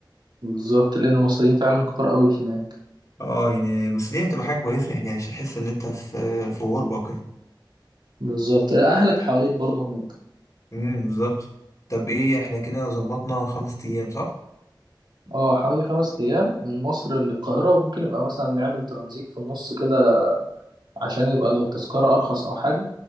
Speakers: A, on the right; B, on the left.
A: بالظبط لأن المصريين فعلا كتار قوي هناك
B: اه يعني بس دي هتبقى حاجة كويسة يعني يعني مش هتحس ان انت في في غربة وكده
A: بالظبط لا، أهلك حواليك برضو هناك
B: امم بالظبط طب ايه احنا كده ظبطنا خمس ايام صح؟
A: اه حوالي خمس أيام من مصر للقاهرة وممكن يبقى مثلا نعمل ترانزيت في النص كده عشان يبقى لو التذكرة أرخص أو حاجة